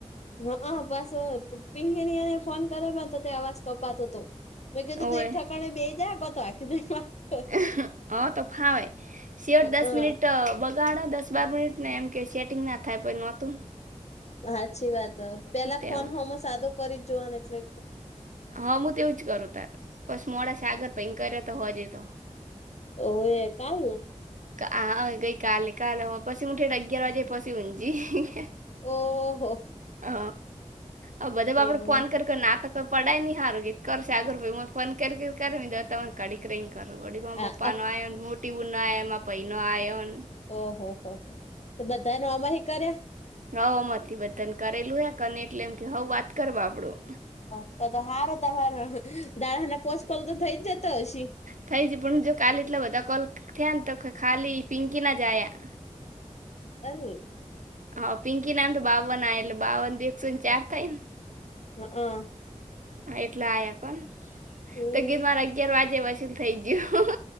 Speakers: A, on the left (about 60°); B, on the right (about 85°).
A: શું જતો, ફૂલ પંખી. પછી અવાજ નહીં આવતો હરખો. મેં કીધું,
B: ઓવે
A: તું એક ઠેકાણે બેસ જાય તો આખી. કરું
B: એ હું હા તો ફાવે શિયાળ દસ
A: હઅ
B: મિનિટ બગ. ઘણા દસ-બાર મિનિટ ને એમ કે સેટિંગ ના થાય, પણ નહોતું.
A: સાચી વાત પેલા
B: તેમ
A: ફોન સાવ સાદો કરી જ જોવાનો એટલે.
B: હા હું તેવું જ કરું. તાર બસ મોડા સાગર પર કર તો હશે તો.
A: ઓ એ કાલના.
B: હા ગઈ કાલે. કાલે પછી હું ઠેઠ અગિયાર વાગે પછી હંજી...
A: ઓહો
B: અ આ બધા
A: એવું
B: આપણે ફોન કર કર ના તું. ઈ પડાય નહીં હારું કે કરશે આગળ ભાઈ. ફોન કરી કર, દા. કાડીક કરો, વડી
A: આ
B: પપ્પાના આવ મોટી બૂન -- ભઈનો આયોન.
A: ઓહ હોહ, તો બધાના આમાં જ કર્યા.
B: હા, આમાંથી બટન કરેલું છે અને એટલે એમ કે હઉં વાત કરું આપણું.
A: અ તો તો હાર તો હાર દાણાના પોચકોલ તો થઈ જ જતો હશે.
B: થઈ જ પણ હા જો કાલે એટલા બધા કોલ થયા ને તો ખાલી પિંકીના જ આયા.
A: તાઅલુ.
B: હા પિંકી નામ તો બાવન. એટલે બાવન એકસો ને ચાર થાય ને.
A: હ અ.
B: હા, એટલે આવ્યા કોણ?
A: હમ
B: તો ગીત મારે અગિયાર વાગે... થઈ ગયું